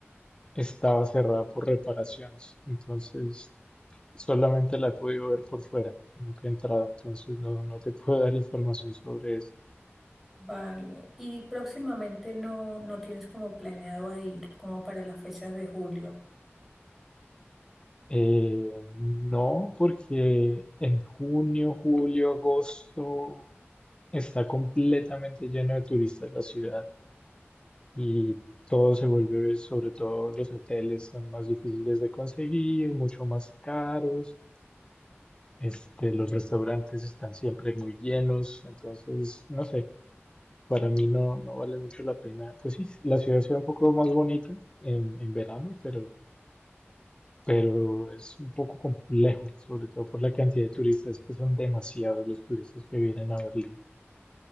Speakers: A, on the left; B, in the centre.
A: Estaba cerrada por reparaciones, entonces solamente la he podido ver por fuera, nunca he entrado, entonces no, no te puedo dar información sobre eso.
B: Vale. Y próximamente no, no tienes como planeado a ir como para las fechas de julio.
A: Eh, no, porque en junio, julio, agosto está completamente lleno de turistas la ciudad y todo se vuelve, sobre todo los hoteles son más difíciles de conseguir, mucho más caros. Este, los restaurantes están siempre muy llenos, entonces, no sé, Para mí no, no vale mucho la pena. Pues sí, la ciudad se ve un poco más bonita en, en verano, pero, pero es un poco complejo, sobre todo por la cantidad de turistas, que son demasiados los turistas que vienen a Berlín.